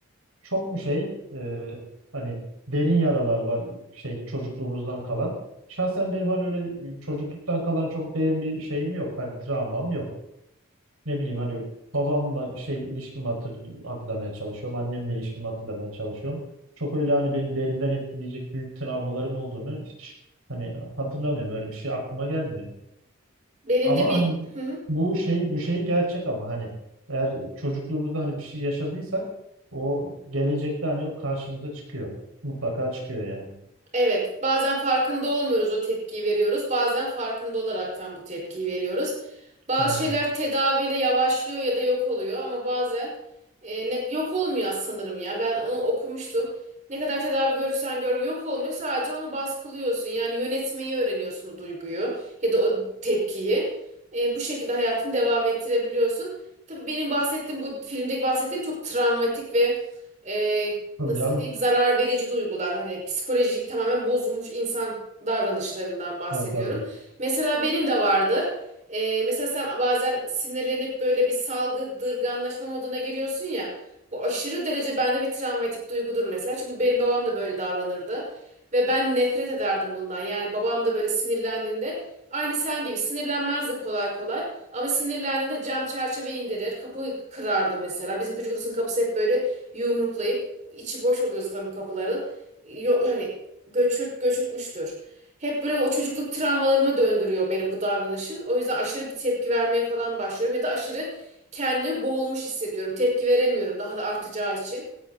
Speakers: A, on the right; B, on the right.
A: çok mu şey e, hani derin yaralar var şey çocukluğumuzdan kalan. Şahsen benim hani öyle e, çocukluktan kalan çok derin bir şeyim yok. Hani travmam yok ne bileyim hani babamla şey ilişkimi hatır, hatırlamaya çalışıyorum. Annemle ilişkimi hatırlamaya çalışıyorum. Çok öyle hani beni derinden etkileyecek büyük travmalarım olduğunu hiç hani hatırlamıyorum. Öyle bir şey aklıma gelmiyor.
B: Benim
A: Ama
B: de bir...
A: hani
B: <laughs>
A: bu şey bu şey gerçek ama hani eğer çocukluğumuzda hani bir şey yaşadıysak o gelecekte hani o karşımıza çıkıyor. Mutlaka çıkıyor yani.
B: Evet, bazen farkında olmuyoruz o tepkiyi veriyoruz. Bazen farkında olaraktan bu tepkiyi veriyoruz. Bazı
A: Aynen.
B: şeyler tedaviyle yavaşlıyor ya da yok oluyor ama bazen e, ne, yok olmuyor sanırım ya. Ben onu okumuştum. Ne kadar tedavi görürsen gör yok olmuyor. Sadece onu baskılıyorsun. Yani yönetmeyi öğreniyorsun o duyguyu ya da o tepkiyi. E, bu şekilde hayatını devam ettirebiliyorsun. Tabii benim bahsettiğim bu filmdeki bahsettiğim çok travmatik ve e,
A: Tabii
B: nasıl
A: canım.
B: diyeyim zarar verici duygular hani psikolojik tamamen bozulmuş insan davranışlarından bahsediyorum.
A: Tabii tabii.
B: Mesela benim de vardır. Ee, mesela sen bazen sinirlenip böyle bir salgıdırganlaşma moduna giriyorsun ya. Bu aşırı derece bende bir travmatik duygudur mesela. Çünkü benim babam da böyle davranırdı. Ve ben nefret ederdim bundan. Yani babam da böyle sinirlendiğinde aynı sen gibi sinirlenmezdi kolay kolay. Ama sinirlendiğinde cam çerçeve indirir, kapı kırardı mesela. Bizim çocuk odasının kapısı hep böyle yumruklayıp içi boş oluyor zaten bu kapıların. Yok hani göçürt göçürtmüştür. Hep böyle o çocukluk travmalarıma döndürüyor beni bu davranışın. O yüzden aşırı bir tepki vermeye falan başlıyorum ya da aşırı kendimi boğulmuş hissediyorum. Tepki veremiyorum daha da artacağı için.